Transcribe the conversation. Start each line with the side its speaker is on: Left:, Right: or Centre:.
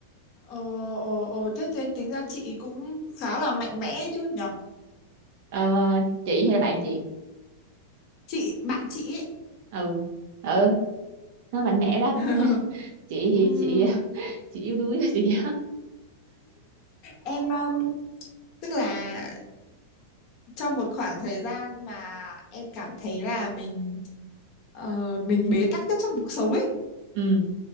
Left: Ờ, ờ, ờ, thế thế tính ra chị cũng khá là mạnh mẽ chứ nhỉ?
Right: Ờ, chị hay là bạn chị
Left: chị bạn chị ấy,
Right: ừ ừ nó mạnh mẽ lắm
Left: <laughs>
Right: <laughs> chị thì
Left: ừm,
Right: chị chị yếu đuối <laughs> chị
Left: em um, tức là trong một khoảng thời gian mà em cảm thấy là mình ờ, mình bế tắc nhất trong cuộc sống ấy
Right: ừ